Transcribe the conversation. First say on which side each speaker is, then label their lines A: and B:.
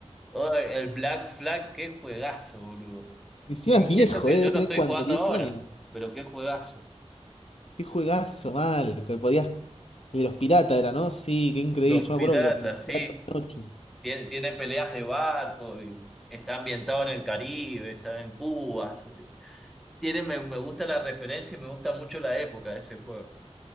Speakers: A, in the centre; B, on the left (about 60°).
A: Oh, el Black Flag, qué juegazo, boludo.
B: Encima
A: Eh,
B: es
A: Y
B: viejo,
A: eso que
B: ¿eh? Debe
A: yo lo
B: tener
A: estoy
B: cuánto,
A: jugando
B: 10
A: ahora,
B: años.
A: pero qué juegazo.
B: Qué juegazo, mal. Que podías. el De los piratas era, ¿no? Sí, qué increíble.
A: Los
B: Yo me
A: piratas,
B: acuerdo que lo visité
A: sí.
B: toda la noche.
A: Tiene, tiene peleas de barco, y está ambientado en el Caribe, está en Cuba. sí. Tiene, me, me gusta la referencia y me gusta mucho la época de ese juego.